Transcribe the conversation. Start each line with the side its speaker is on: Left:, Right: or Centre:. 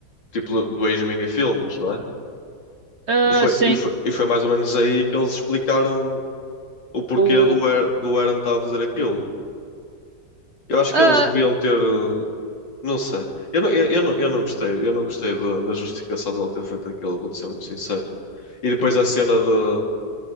Left: Tipo, dois mini-filmes, não é?
Right: Ah,
Left: E foi,
Right: sim.
Left: e foi, e foi mais ou menos aí que eles explicaram o porquê
Right: O.
Left: do, Aaron- do Aaron estar a fazer aquilo. Eu acho
Right: Ah,
Left: que eles deviam ter. eh, Não sei. Eu não, eu, eu não, eu não gostei. Eu não gostei da, da justificação dele ter feito aquilo, vou-te ser muito sincero. E depois a cena de.